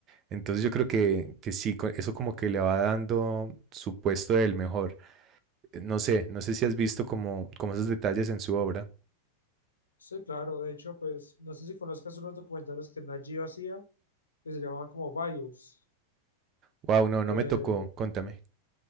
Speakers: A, on the right; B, on the left.
A: Entonces yo creo que, que sí, co- eso como que le va dando su puesto del mejor. No sé, no sé si has visto como, como esos detalles en su obra.
B: Sí, claro, de hecho, pues no sé si conozcas unos documentales que Nat Geo hacía, que se llamaban como BIOS.
A: Wow, no,
B: Eh,
A: no me tocó, contame.